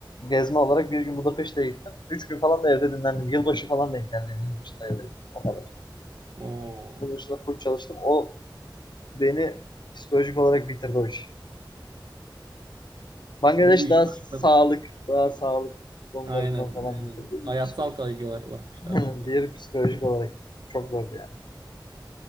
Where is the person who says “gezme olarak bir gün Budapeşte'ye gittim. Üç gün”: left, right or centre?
Left